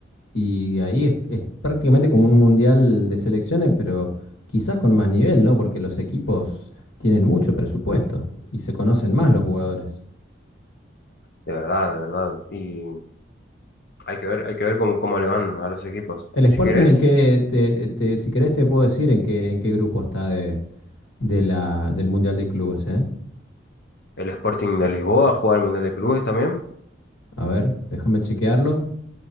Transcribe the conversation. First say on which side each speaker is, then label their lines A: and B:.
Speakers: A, on the left; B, on the left.
A: y ahí es, es prácticamente como un Mundial de selecciones, pero quizás con más nivel, ¿no? Porque los equipos tienen mucho presupuesto y se conocen más los jugadores.
B: de verdad, de verdad. Y hay que ver, hay que ver cómo, cómo le van a los equipos.
A: El
B: Si
A: Sporting
B: querés,
A: en qué, te, te- si querés te puedo decir en qué, en qué grupo está de, de la, del Mundial de Clubes, ¿eh?
B: el Sporting de Lisboa juega el Mundial de Clubes también.
A: A ver, déjame chequearlo.